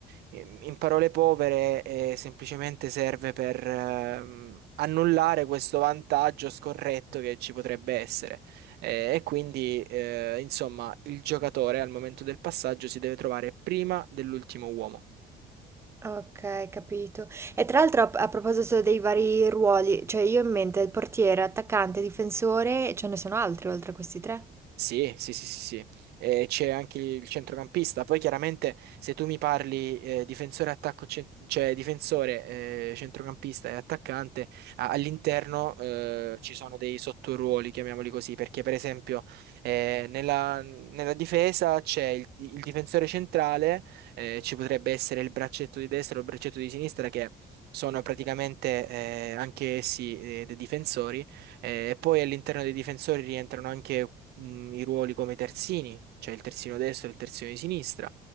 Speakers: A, on the right; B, on the right.
A: ehm, in parole povere, eh, semplicemente serve per ehm, annullare questo vantaggio scorretto che ci potrebbe essere. Eh, e quindi, eh, insomma, il giocatore al momento del passaggio si deve trovare prima dell'ultimo uomo.
B: Ok, capito. E tra l'altro a, a proposito dei vari ruoli, cioè io ho in mente il portiere, attaccante, difensore, ce ne sono altri oltre a questi tre?
A: Sì, sì, sì, sì, sì. E c'è anche il centrocampista. Poi chiaramente se tu mi parli eh, difensore, attacco, cen- cioè difensore, eh, centrocampista e attaccante, a- all'interno eh, ci sono dei sottoruoli, chiamiamoli così, perché per esempio eh, nella, nella difesa c'è il, il difensore centrale, eh, ci potrebbe essere il braccetto di destra o il braccetto di sinistra che sono praticamente eh, anche essi eh, dei difensori. Eh, e poi all'interno dei difensori rientrano anche mh, i ruoli come terzini, cioè il terzino destro e il terzino di sinistra.